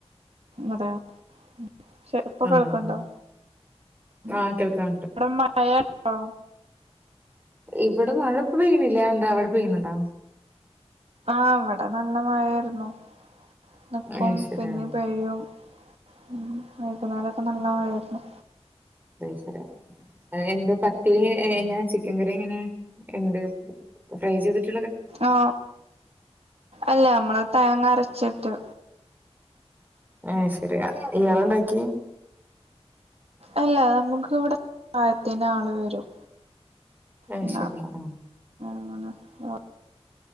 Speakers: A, on the right; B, on the right.
A: അതെ പ ക്ഷെ ഇപ്പൊ
B: ആഹ്
A: കേൾക്കണ്ടോ അവിടെ
B: ആഹ് കേൾക്കാണ്ട്
A: മഴ ണ്ടോ ഇപ്പോ
B: ഇവിടെ മഴപ്പപെയ്യണില്ല എന്താ അവിടെ പെയ്യുന്നുണ്ടോ
A: ആ ഇവിടെ നല്ല മഴായിരുന്നു നിക്കും
B: അത് ശരി
A: പിന്നെ
B: ആഹ്
A: പെയ്യും ഉം വൈകുന്നേരഒക്കെ നല്ല മഴായിരുന്നു
B: അയ് ശരി എന്ത് പത്തിരി ഇങ്ങനെ ചിക്കൻ കറി ഇങ്ങനെ എന്ത് ഫ്രൈ ചെയ്തിട്ട്
A: ആ അല്ല നമ്മള് തേങ്ങരച്ചിട്ട്
B: ഏ ശെരിയാ ഇയാള ഉണ്ടാക്കി
A: അല്ല നമുക്ക് ഇവിടെ അത്താഴത്തിന് ആള് വരും
B: ആ
A: എന്നാ
B: ശരിയാ ആ
A: അങ്ങനെ ആ